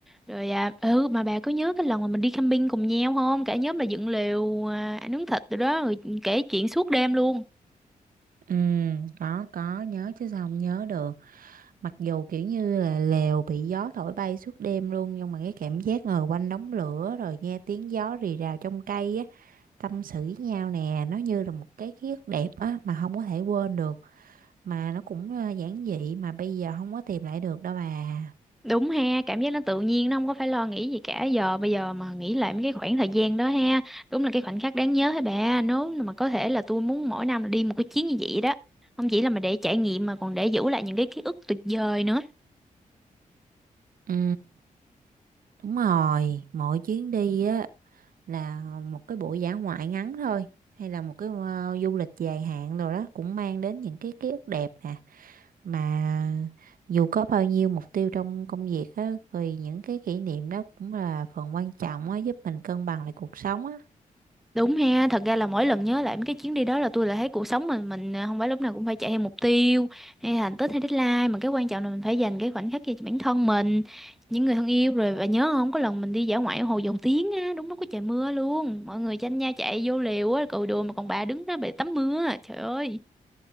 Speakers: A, in the centre; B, on the right.
A: Rồi à, ừ mà bà có nhớ cái lần mà mình đi camping cùng nhau không? Cả nhóm là dựng lều à, ăn nướng thịt rồi đó, rồi kể chuyện suốt đêm luôn.
B: ừ có có nhớ chứ sao không nhớ được mặc dù kiểu như là lều bị gió thổi bay suốt đêm luôn nhưng mà cái cảm giác ngồi quanh đống lửa rồi nghe tiếng gió rì rào trong cây á tâm sự với nhau nè nó như là một cái ký ức đẹp á mà không có thể quên được mà nó cũng ờ, giản dị mà bây giờ không có tìm lại được đâu bà
A: Đúng ha, cảm giác nó tự nhiên nó không có phải lo nghĩ gì cả giờ bây giờ mà nghĩ lại mấy cái khoảng thời gian đó ha, đúng là cái khoảnh khắc đáng nhớ hả bà, nếu mà có thể là tôi muốn mỗi năm là đi một cái chuyến như vậy đó, không chỉ là mà để trải nghiệm mà còn để giữ lại những cái ký ức tuyệt vời nữa.
B: ừ Đúng rồi, mỗi chuyến đi á là một cái buổi dã ngoại ngắn thôi hay là một cái ờ, du lịch dài hạn rồi đó cũng mang đến những cái ký ức đẹp nè mà dù có bao nhiêu mục tiêu trong công việc á thì những cái kỷ niệm đó cũng là phần quan trọng á giúp mình cân bằng lại cuộc sống á.
A: Đúng ha, thật ra là mỗi lần nhớ lại mấy cái chuyến đi đó là tôi lại thấy cuộc sống mình mình à, không phải lúc nào cũng phải chạy theo mục tiêu hay thành tích hay deadline mà cái quan trọng là mình phải dành cái khoảnh khắc cho bản thân mình, những người thân yêu rồi và nhớ không có lần mình đi dã ngoại ở Hồ Dầu Tiếng á, đúng lúc có trời mưa luôn, mọi người tranh nhau chạy vô liều á, cội đùa mà còn bà đứng đó bị tắm mưa. Trời ơi.